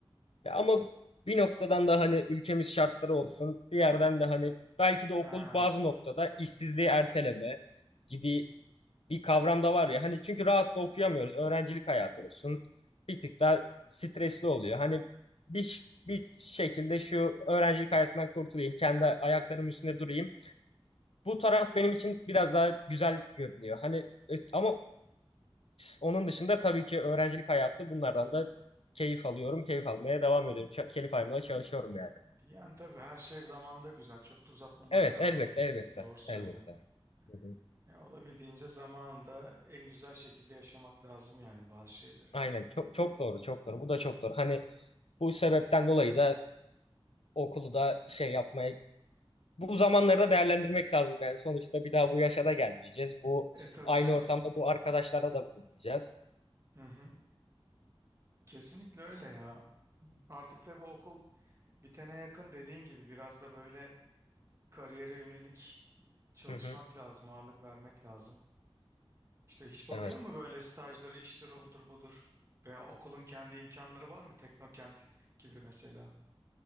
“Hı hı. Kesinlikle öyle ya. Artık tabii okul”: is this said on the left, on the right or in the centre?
Right